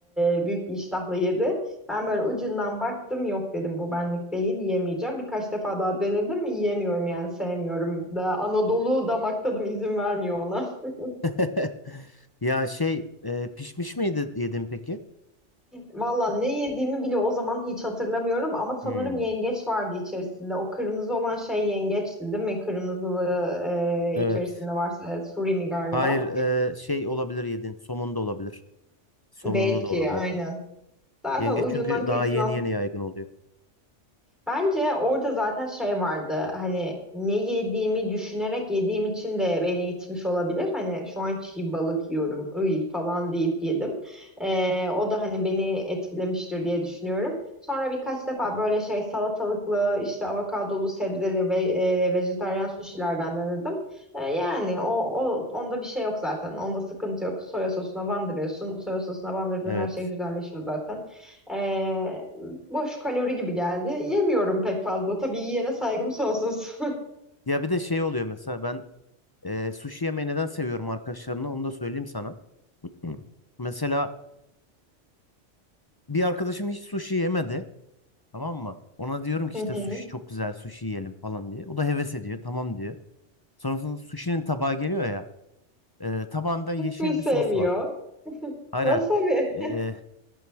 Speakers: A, in the centre; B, on the left.
A: e, büyük bir iştahla yedi. Ben böyle ucundan baktım yok dedim bu benlik değil yiyemeyeceğim. Birkaç defa daha denedim yiyemiyorum yani sevmiyorum. Da, Anadolu damak tadım izin vermiyor ona. <laughs>
B: <laughs> Ya şey e, pişmiş miydi yedin peki?
A: Valla ne yediğimi bile o zaman hiç hatırlamıyorum ama sanırım
B: Hmm,
A: yengeç vardı içerisinde. O kırmızı olan şey yengeçti değil mi? Kırmızılı e,
B: evet.
A: içerisinde varsa e, surimi galiba.
B: Hayır e, şey olabilir yedin. Somon da olabilir. Somonlu
A: Belki
B: da olabilir.
A: aynen. Zaten
B: Yengeç
A: ucundan
B: çünkü
A: kıyısından
B: daha yeni yeni yaygın oluyor.
A: Bence orada zaten şey vardı hani ne yediğimi düşünerek yediğim için de beni itmiş olabilir. Hani şu an çiğ balık yiyorum ıy falan deyip yedim. Ee, o da hani beni etkilemiştir diye düşünüyorum. Sonra birkaç defa böyle şey salatalıklı işte avokadolu sebzeli ve e, vejetaryen suşilerden denedim. Ee, yani o, o onda bir şey yok zaten. Onda sıkıntı yok. Soya sosuna bandırıyorsun. Soya sosuna bandırdığın
B: Evet.
A: her şey güzelleşiyor zaten. Ee, Boş kalori gibi geldi. Yemiyorum pek fazla. Tabii yiyene saygım sonsuz.
B: Ya bir de şey oluyor mesela ben e, sushi yemeği neden seviyorum arkadaşlarımla onu da söyleyeyim sana. Hı. Mesela bir arkadaşım hiç sushi yemedi. Tamam mı? Ona diyorum ki
A: <laughs>
B: işte sushi çok güzel sushi yiyelim falan diye. O da heves ediyor. Tamam diyor. Sonrasında sushi'nin tabağı geliyor ya. E, tabağında yeşil
A: Ve sevmiyor.
B: bir sos var.
A: <laughs>
B: Hayır
A: Wasabi.
B: hayır. E,